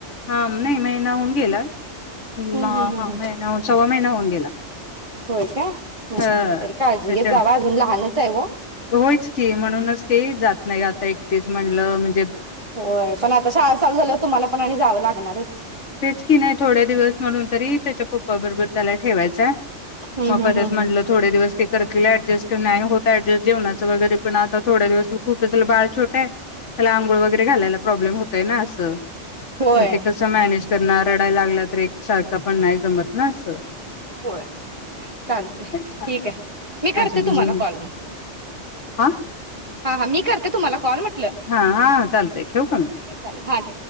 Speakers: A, on the left; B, on the right.
A: हां नाही महिना होऊन गेलाय. हा
B: हम्म हम्म हम्म हम्म
A: महिना सव्वा महिना होऊन गेला....
B: होय काय. हम्म
A: हा
B: हम्म तरी काळजी
A: त्याच्या
B: घेत जावा अजून लहानच आहे ओ
A: होयच की म्हणूनच काई जात... नाही आता एक तेच म्हणलं म्ह
B: होयपण आता शाळा चालु झाल्यावर तुम्हालाच हो आणि जाव लागणारच
A: तेच की नाही थोडे दिवस म्हणून तरी त्याचा पप्पा बरोबर त्याला ठेवायचय
B: हम्म
A: म
B: हम्म
A: परत
B: हम्म
A: म्हंटलं
B: हम्म
A: थोड़े दिवस ते करतील एडजस्ट तर नाय होत एडजस्ट जेवणाचं वगैरे पण आता थोड्या दिवस कुठं न बाळ छोटय त्याला आंघोळ वगैरे घालायला प्रोब्लेम होतोय ना अस
B: होय
A: मग ते कसं मॅनेज त्यांना रडायला लागला तर एकसारख पण नाय जमत ना अस.
B: होय चाल तय
A: छान
B: ठीक हाय मि करते
A: असं म्हणून
B: तुंम्हाला कॉल मग
A: हा
B: हा हा मी करते तुम्हाला कॉल म्हटल.
A: हा हा चालतय ठेउ का मग.
B: चालेल हां ठेवा.